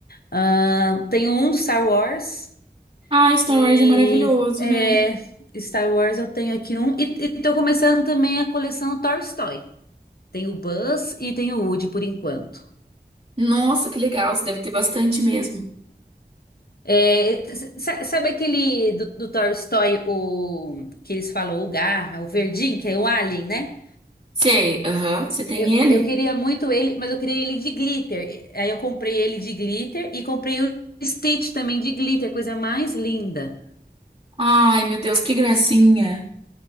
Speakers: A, on the left; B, on the right.
A: Ah, tenho um do Star Wars
B: Ah, Star
A: e
B: Wars é maravilhoso,
A: é,
B: né?
A: Star Wars eu tenho aqui um. E, e tô começando também a coleção Toy Story. Tem o Buzz e tem o Woody por enquanto.
B: Nossa, que legal. Você deve ter bastante mesmo.
A: É, sa- sabe aquele do, do Toy Story, o, que eles falam, o Garra, o Verdinho, que é o Alien, né?
B: Sei, aham. Você tem
A: Eu,
B: ele?
A: eu queria muito ele, mas eu queria ele de glitter. Aí eu comprei ele de glitter e comprei o Stitch também de glitter, coisa mais linda.
B: Ai, meu Deus, que gracinha.